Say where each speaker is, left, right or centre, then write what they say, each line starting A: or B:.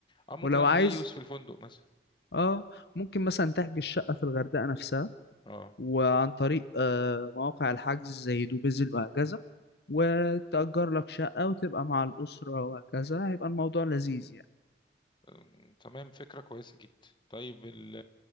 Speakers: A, on the left; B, on the left.
A: او ممكن
B: ولو
A: اعمل
B: عايز
A: دي يوز في الفندق مثلا
B: اه ممكن مثلا تحجز شقة في الغردقة نفسها
A: اه
B: وعن طريق آه مواقع الحجز زي دوبيزل وهكذا وتأجر لك شقة وتبقى مع الأسرة وهكذا هيبقى الموضوع لذيذ يعني
A: أم، تمام فكرة كويسة جدا طيب ال